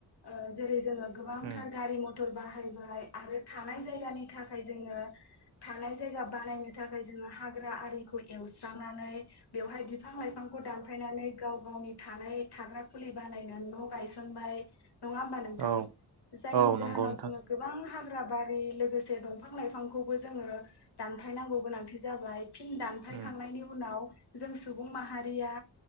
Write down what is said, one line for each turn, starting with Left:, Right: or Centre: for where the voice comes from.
Left: ओ जेरै जोङो गोबांथार
Right: उम
Left: गारि मथर बाहा हायबाय आरो थानाय जायगानि थाखाय जोङो थानाय जायगा बानायनो थाखाय ज जोङो हाग्रा आरिखौ एवस्रांनानै बेवहाय बिफां लाइफांखौ दानफायनानै गाव गावनि थानाय थाग्रा खुलि बानायनो न'गायसनबाय। नङा होमबा नोंथां?
Right: औ
Left: जायनि
Right: औ नंगौ
Left: जाहोनाव
Right: नोंथां
Left: जोङो गोबां हाग्रा बार हाय लोगोसे दंफां लाइफांखौबो जोङो दानफाय नांगौ गोनांथि जाबाय फिन दानफायखांनायनि
Right: उम
Left: उनाव। जों सुबुं माहारिया